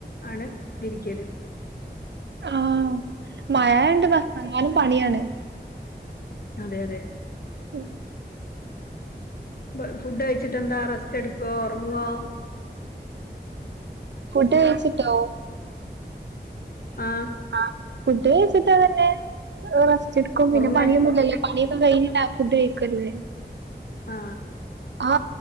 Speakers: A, on the left; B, on the right.
A: ആണ് വിരിക്കലും
B: ആ മയായോണ്ട് <unintelligible> ങ്ങാനും പണിയാണ്.
A: അതെ അതെ
B: ഉം
A: വ ഫുഡ് കഴിച്ചിട്ടെന്താ റെസ്റ്റ് എടുക്കോ ഒറങ്ങോ?
B: ഫുഡ് കഴിച്ചിട്ടോ?
A: ആ
B: ആ ഫുഡ്‌ കഴിച്ചിട്ട വരണേ? റസ്റ്റ് എട്ക്കും. പിന്നെ
A: ഉറങ്ങേ
B: പണിയൊന്ന്ല്ലല്ലോ പണിയൊക്കെ കഴിഞ്ഞിട്ട ഫുഡ് കഴിക്കല്ലേ.
A: ആ
B: ആ